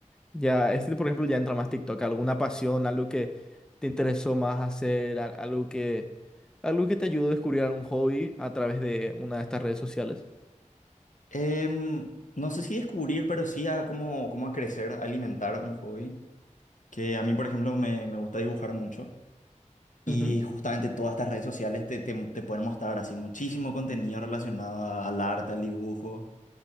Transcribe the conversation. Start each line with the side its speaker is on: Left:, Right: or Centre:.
Centre: ya, este por ejemplo ya entra más TikTok, alguna pasión, algo que te interesó más hacer, al- algo que, algo que te ayudó a descubrir algún hobby a través de una de estas redes sociales.
Left: Em, no sé si descubrir, pero sí a cómo, cómo a crecer, a alimentar un hobby. Que a mí, por ejemplo, me, me gusta dibujar mucho. Y
Centre: Ujú,
Left: justamente todas estas redes sociales te, te, te pueden mostrar así muchísimo contenido relacionado a- al arte, al dibujo,